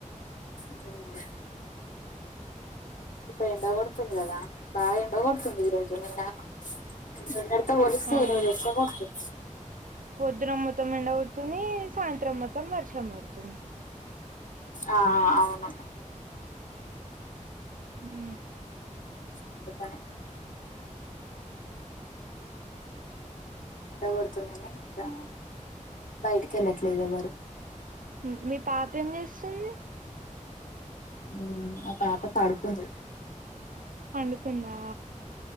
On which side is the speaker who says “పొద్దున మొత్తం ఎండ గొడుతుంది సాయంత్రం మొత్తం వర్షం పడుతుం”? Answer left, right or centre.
Right